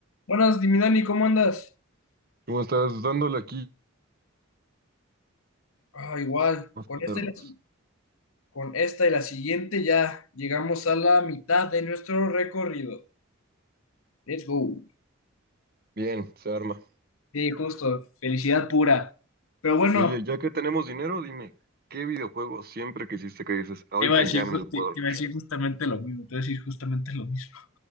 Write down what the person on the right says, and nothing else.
¿Cómo estás? Dándole aquí
más
paternos.
Bien, se arma.
Y oye, ya que tenemos dinero, dime, ¿qué videojuego siempre que hiciste que dices, ahorita
ya
me lo puedo
armar?